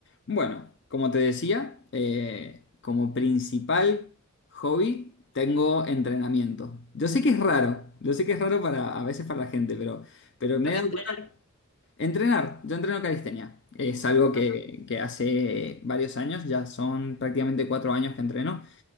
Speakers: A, on the left; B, on the left.
A: Bueno, como te decía, eh, como principal hobby tengo entrenamiento. Yo sé que es raro, yo sé que es raro para a veces para la gente, pero, pero me
B: Lo-
A: he
B: Entrenar.
A: dado cuenta. Entrenar, yo entreno calistenia. Es algo que,
B: ajá.
A: que hace varios años, ya son prácticamente cuatro años que entreno